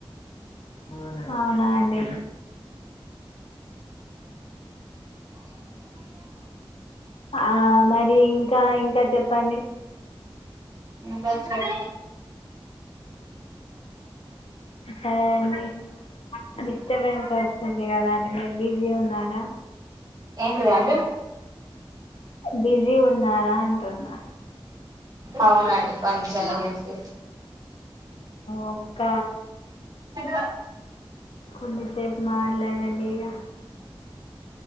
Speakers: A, on the left (about 75°); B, on the right (about 40°).
A: అవు అవునా అండి ఆ మరి ఇంకా ఇంకా చెప్ ప్పండి
B: బ సర
A: సరే అండి డిస్టబెన్స్ వస్తుంది కదా అండి మీరు బిజీ ఉన్నారా
B: ఏంటిదండి
A: బిజీ ఉన్నారా అంటున్నా
B: అవునండి కొంచం బిజీ
A: ఒక్క
B: హలో
A: ఉందిలే సేపు మాట్లాడండి ఇగా